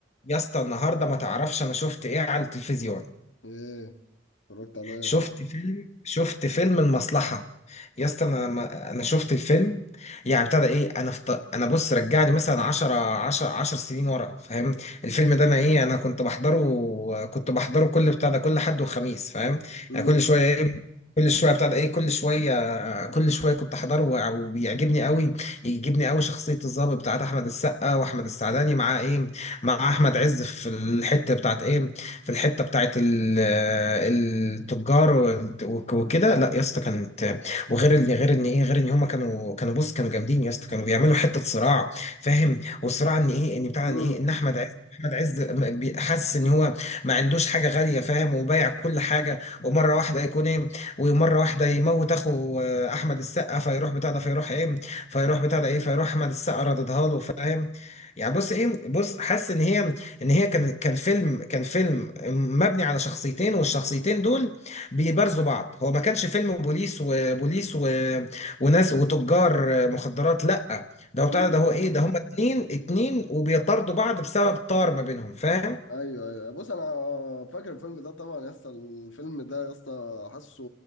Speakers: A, on the left (about 35°); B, on the left (about 85°).
A: يا اسطى النهارده ما تعرفش انا شفت ايه على التلفزيون
B: ايه اتفرجت عليها
A: شفت فيلم شفت فيلم المصلحة يا اسطى انا ما- انا شفت الفيلم يعني ابتدى ايه انا فط... انا بص رجعني مثلا 10 10 10 سنين ورا فاهم الفيلم ده انا ايه انا كنت بحضره كنت بحضره كل بتاع ده كل حد وخميس فاهم
B: امم
A: يعني كل شويه ايه كل شويه بتاع ده ايه كل شويه كل شويه كنت احضره وع- وبيعجبني قوي يعجبني قوي شخصيه الضابط بتاعت احمد السقا واحمد السعداني مع ايه مع احمد عز في الحته بتاعت ايه في الحته بتاعت ال- آه، التجار وال- وكده لا يا اسطى كانت وغير ان غير ان ايه غير ان هما كانوا كانوا بص كانوا جامدين يا اسطى كانوا بيعملوا حته صراع فاهم والصراع ان ايه ان بتاع
B: امم
A: ان ايه ان احمد عز احمد عز م- بي- حاسس ان هو ما عندوش حاجه غاليه فاهم وبايع كل حاجه ومره واحده يكون ايه ومره واحده يموت اخو آه، احمد السقا فيروح بتاع ده فيروح ايه فيروح بتاع ده ايه فيروح احمد السقا رددها له فاهم يعني بص ايه بص حاسس ان هي ان هي كان كان فيلم كان فيلم مبني على شخصيتين والشخصيتين دول بيبارزوا بعض هو ما كانش فيلم بوليس وبوليس و... وناس وتجار مخدرات لا ده هو
B: امم
A: بتاع ده هو ايه ده هما اتنين اتنين وبيطاردوا بعض بسبب طار ما بينهم فاهم؟
B: ايوه ايوه بص انا فاكر الفيلم ده طبعا يا اسطى الفيلم ده يا اسطى حاسه